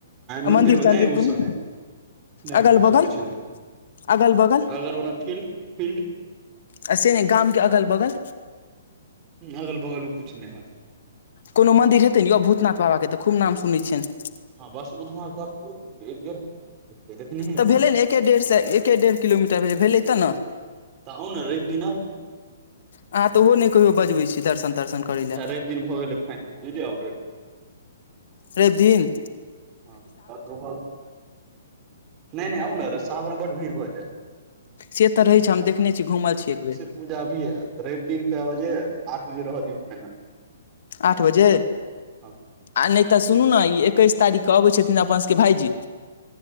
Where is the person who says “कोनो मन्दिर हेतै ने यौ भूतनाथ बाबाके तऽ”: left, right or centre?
Left